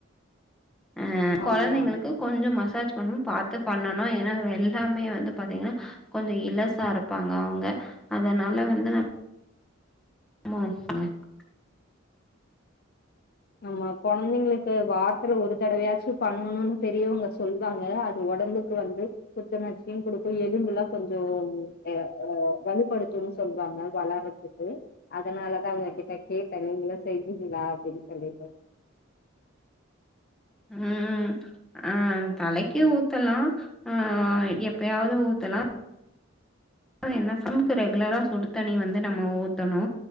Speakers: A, in the centre; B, on the left (about 50°).
A: அ கொழந்தைங்களுக்கு
B: ஆமா
A: கொஞ்சோ மசாஜ் ஒன்னு பாத்து பண்ணனு ஏன்னா எல்லாமே வந்து பாத்தீங்னா கொஞ்சோ இலசா இருப்பாங்க அவங்க அதனால வந்து நம் <inaudible>
B: ஆமா கொழந்தைங்களுக்கு வாரத்துல ஒரு தடவையாச்சு பண்ணணுன் பெரியவங்க சொல்வாங்க அது ஒடம்புக்கு வந்து புத்துணர்ச்சியு குடுக்கும் எலும்புலா கொஞ்சம் அ அ வலுப்படுத்துன் சொல்லுவாங்க வளர்றதுக்கு அதனாலதா உங்க கிட்ட கேட்ட நீங்களு செய்வீங்ளா அப்டின்னு கண்டிப்பா
A: ம் அ தலைக்கு ஊத்தலா அ எப்பயாவது ஊத்தலா என்ன சமக்கு ரெகுலரா சுடு தண்ணி வந்து நம்ம ஊத்தணு